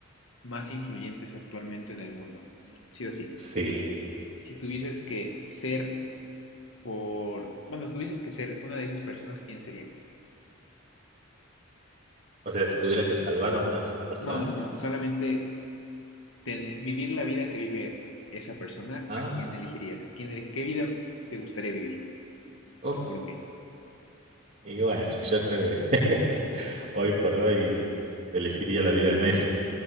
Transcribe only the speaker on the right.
sí.
O sea, si tuviera que salvar a una de esas personas.
Ah,
uff.
Y bueno, <laughs> yo creo que <laughs> hoy por hoy elegiría la vida de Messi.